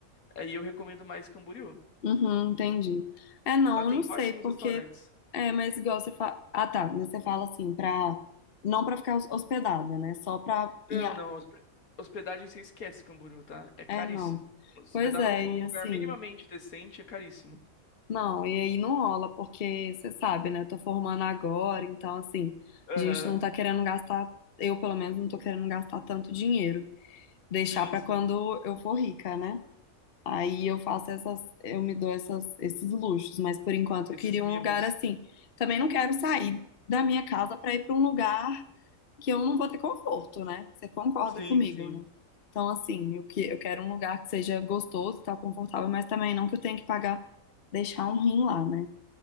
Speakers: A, on the left (about 80°); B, on the left (about 45°).
A: Aí eu recomendo mais Camboriú.
B: Uhum, entendi. É, não,
A: Lá tem
B: eu não sei,
A: ótimos
B: porque.
A: restaurantes.
B: É, mas igual você fala. Ah, tá, mas você fala assim, pra. Não pra ficar hos- hospedada, né? Só pra ir.
A: Não,
B: a-
A: não, hospe- hospedagem você esquece Camboriú, tá? É caríssimo.
B: É, não.
A: Hospedar
B: Pois é,
A: num, num
B: e
A: lugar
B: assim.
A: minimamente decente é caríssimo.
B: Não, e aí não rola, porque você sabe, né? Tô formando agora, então, assim.
A: Aham.
B: A gente não tá querendo gastar. Eu, pelo menos, não tô querendo gastar tanto dinheiro. Deixar
A: Sim,
B: pra
A: sim.
B: quando eu for rica, né? Aí eu faço essas, eu me dou essas, esses luxos, mas por enquanto
A: Esses
B: eu queria
A: mimos.
B: um lugar assim. Também não quero sair da minha casa para ir para um lugar que eu não vou ter conforto, né? Você concorda
A: Sim,
B: comigo,
A: sim.
B: né? Então, assim, eu, que, eu quero um lugar que seja gostoso e tal, confortável, mas também não que eu tenha que pagar, deixar um rim lá, né?